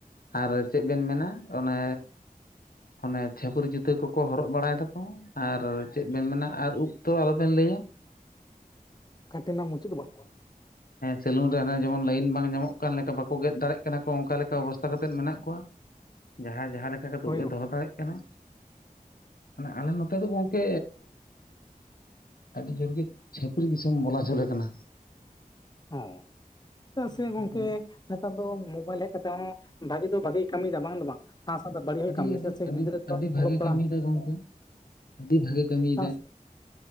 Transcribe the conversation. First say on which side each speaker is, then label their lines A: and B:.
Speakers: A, on the left (about 80°); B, on the left (about 30°).
A: ᱟᱨ ᱪᱮᱫ ᱵᱮᱱ ᱢᱮᱱᱟ ᱚᱱᱮ ᱚᱱᱮ ᱪᱷᱟᱹᱯᱟᱹᱨᱤ ᱡᱩᱛᱟᱹ ᱠᱚᱠᱚ ᱦᱚᱨᱚᱜ ᱵᱟᱲᱟᱭ ᱫᱟᱠᱚ ᱟᱨ ᱪᱮᱫ ᱵᱮᱱ ᱢᱮᱱᱟ ᱟᱨ ᱩᱵ ᱛᱚ ᱟᱞᱚᱵᱮᱱ ᱞᱟᱹᱭᱟ
B: ᱠᱟᱴᱤᱱ ᱨᱮᱱᱟᱜ ᱢᱩᱪᱟᱹᱫ ᱫᱚ ᱵᱟᱱᱩᱜᱼᱟ
A: ᱥᱮᱞᱩᱱᱝ ᱨᱮ ᱦᱟᱱᱮ ᱡᱮᱢᱚᱱ ᱞᱟᱭᱤᱱ ᱵᱟᱝ ᱧᱟᱢᱚᱜ ᱠᱟᱱ ᱞᱮᱠᱟ ᱵᱟᱠᱚ ᱜᱮᱫ ᱫᱟᱲᱮᱭᱟᱜ ᱠᱟᱱᱟ ᱠᱚ ᱚᱱᱠᱟ ᱞᱮᱠᱟ ᱚᱵᱚᱥᱛᱟ ᱠᱟᱛᱮᱫ ᱢᱮᱱᱟᱜ ᱠᱚᱣᱟ ᱡᱟᱦᱟᱭᱸ ᱡᱟᱦᱟᱸ ᱞᱮᱠᱟ ᱠᱟᱛᱮᱜ
B: ᱦᱳᱭ
A: ᱩᱵ ᱮ ᱫᱚᱦᱚ ᱫᱟᱲᱮᱜ ᱠᱟᱱᱟ ᱟᱞᱮ ᱱᱚᱛᱮ ᱫᱚ ᱜᱚᱝᱠᱮ ᱟᱹᱰᱤ ᱡᱳᱨ ᱜᱮ ᱪᱷᱟᱹᱯᱟᱹᱨᱤ ᱫᱤᱥᱚᱢ ᱵᱚᱞᱟ ᱪᱚᱞᱮ ᱠᱟᱱᱟ
B: ᱚᱸ ᱪᱮᱫᱟᱜ ᱥᱮ
A: ᱢᱮᱛᱟ
B: ᱜᱚᱝᱠᱮ
A: ᱠᱚᱣᱟ
B: ᱱᱮᱛᱟᱨ ᱫᱚ ᱢᱳᱵᱟᱭᱤᱞ ᱦᱮᱡ ᱠᱟᱛᱮ ᱦᱚᱸ ᱵᱷᱟᱜᱤ ᱫᱚ ᱵᱷᱟᱜᱤ ᱠᱟᱹᱢᱤᱭᱮᱫᱟ ᱵᱟᱝ ᱫᱚ ᱵᱟᱝ ᱥᱟᱶ ᱥᱟᱶ ᱫᱚ ᱵᱟᱹᱲᱤᱡ
A: ᱟᱹᱰᱤ
B: ᱮ ᱠᱟᱹᱢᱤᱭᱮᱫᱟ
A: ᱟᱹᱰᱤ
B: ᱪᱮᱫᱟᱜ ᱥᱮ
A: ᱟᱹᱰᱤ
B: ᱜᱤᱫᱽᱨᱟᱹ ᱫᱚ
A: ᱟᱹᱰᱤ ᱵᱷᱟᱜᱮ
B: ᱚᱞᱚᱜ ᱯᱟᱲᱦᱟᱜ
A: ᱠᱟᱹᱢᱤᱭᱮᱫᱟᱭ ᱜᱚᱝᱠᱮ ᱟᱹᱰᱤ
B: ᱦᱚᱸ
A: ᱵᱷᱟᱜᱮ ᱠᱟᱹᱢᱤᱭᱮᱫᱟᱭ
B: ᱥᱟᱶ